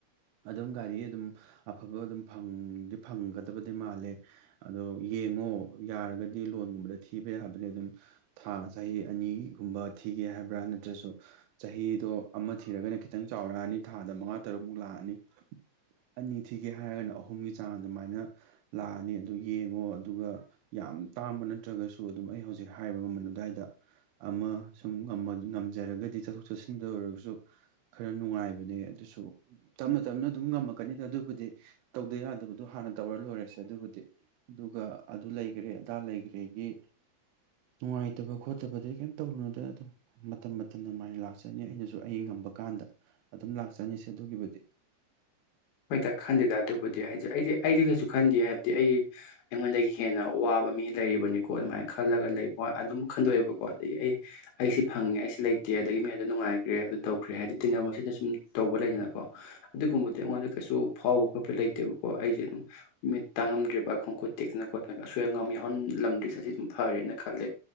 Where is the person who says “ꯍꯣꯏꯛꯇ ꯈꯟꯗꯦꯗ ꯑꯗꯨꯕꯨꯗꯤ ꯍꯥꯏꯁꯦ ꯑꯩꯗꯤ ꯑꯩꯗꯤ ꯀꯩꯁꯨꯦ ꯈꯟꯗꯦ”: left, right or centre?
Left